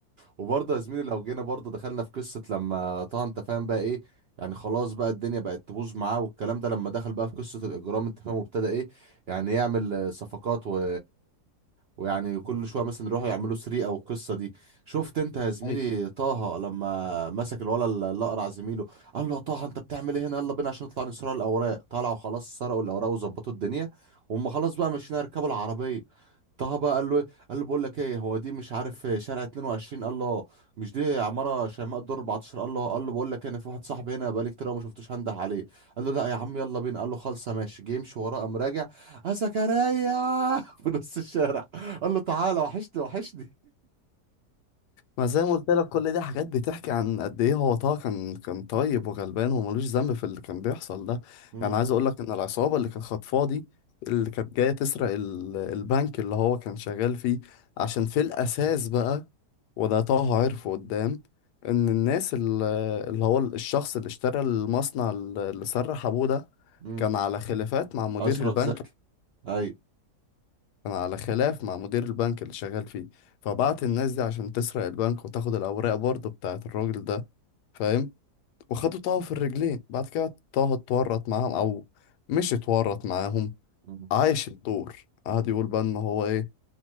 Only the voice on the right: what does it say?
وبرضه يا زميلي لو جينا برضه دخلنا في قصة لما طه انت فاهم بقى ايه يعني خلاص بقى الدنيا بقت تبوظ معاه والكلام ده لما دخل بقى في قصة الإجرام انت فاهم وابتدى ايه يعني يعمل آه، صفقات و ويعني كل شوية مثلا يروحوا يعملوا سرقة والقصة دي شفت انت يا زميلي
طه لما مسك الولد اللي اقرع زميله قال له يا طه انت بتعمل ايه هنا يلا بينا عشان نطلع نسرق الاوراق طلعوا خلاص سرقوا الاوراق وظبطوا الدنيا وهم خلاص بقى ماشيين يركبوا العربية طه بقى قال له قال له بقول لك ايه هو دي مش عارف شارع 22 قال له آه. مش دي عماره شيماء الدور 14 قال له قال له بقول لك إيه، انا في واحد صاحبي هنا بقالي كتير أوي ما شفتوش هنده عليه قال له لا يا عم يلا بينا قال له خالصه ماشي جه يمشي وراه قام راجع يا زكريا <laughs> في نص الشارع قال له تعالى وحشني وحشني
امم
امم
اشرف
زكي اي
مم.